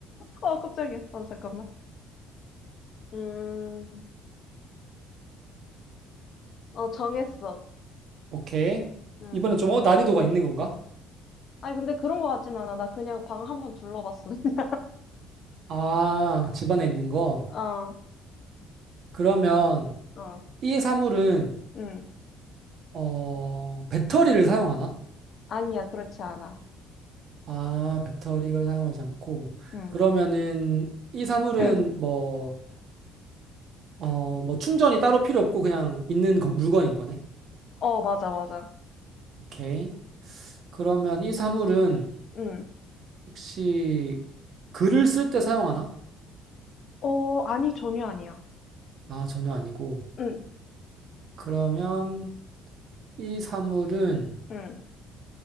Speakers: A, on the left (about 45°); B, on the right (about 50°).
A: 어 깜짝이야. 어 잠깐만. 음, 어 정했어.
B: 오케이.
A: 응.
B: 이번에 좀, 어, 난이도가 있는 건가?
A: 아니 근데 그런 거 같진 않아. 나 그냥 방 한번 둘러봤어. 그냥.
B: 아, 집안에 있는 거.
A: <laughs> 어,
B: 그러면,
A: 어,
B: 이 사물은
A: 응.
B: 어, 배터리를 사용하나?
A: 아니야 그렇지 않아.
B: 아, 배터리를 사용하지 않고
A: 응.
B: 그러면은 이 사물은
A: <clears throat>
B: 뭐, 어, 뭐 충전이 따로 필요 없고 그냥 있는 건- 물건인 거네.
A: 어 맞아 맞아.
B: 오케이. 그러면 이 사물은
A: 응.
B: 혹시 글을 쓸 때 사용하나?
A: 어, 아니, 전혀 아니야.
B: 아, 전혀 아니고.
A: 응,
B: 그러면 이 사물은
A: 응,